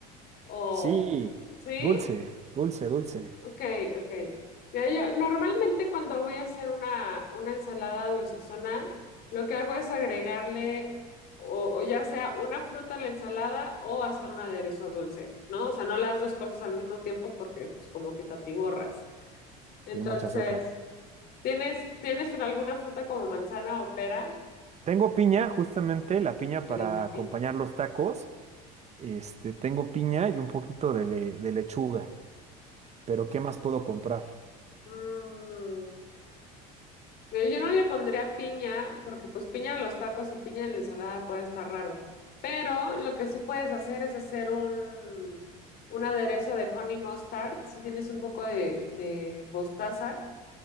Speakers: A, on the left (about 55°); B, on the right (about 35°).
A: o...?
B: Sí,
A: ¿Sí?
B: dulce, dulce, dulce.
A: Ok, ok. Mira, yo normalmente cuando voy a hacer una, una ensalada dulcezona, lo que hago es agregarle o, o ya sea una fruta a la ensalada o hacer un aderezo dulce, ¿no? O sea, no las dos cosas al mismo tiempo porque pues como que te atiborras. Entonces,
B: Y mucho azúcar.
A: ¿tienes, tienes una- alguna fruta como manzana o pera?
B: Tengo piña, justamente la piña
A: Ah, tienes
B: para
A: la piña.
B: acompañar los tacos. Este, tengo piña y un poquito de, le- de lechuga. Pero ¿qué más puedo comprar?
A: Mm. Mira, yo no le pondría piña, porque pues piña a los tacos y piña en la ensalada puede estar raro. Pero lo que sí puedes hacer es hacer un, un aderezo de honey mustard. Si tienes un poco de, de mostaza,